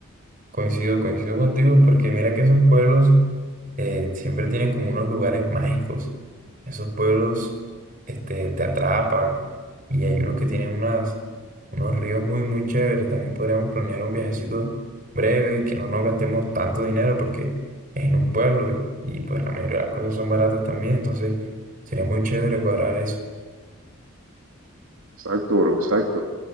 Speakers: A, on the right; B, on the right.
A: Coincido, coincido contigo porque mira que esos pueblos eh, siempre tienen como unos lugares mágicos. Esos pueblos este, te atrapan y hay unos que tienen unas, unos ríos muy, muy chéveres. También podríamos planear un viajecito breve, que no nos gastemos tanto dinero porque es en un pueblo y, y, pues la mayoría de las cosas son baratas también. Entonces sería muy chévere cuadrar eso.
B: Exacto, bro, exacto,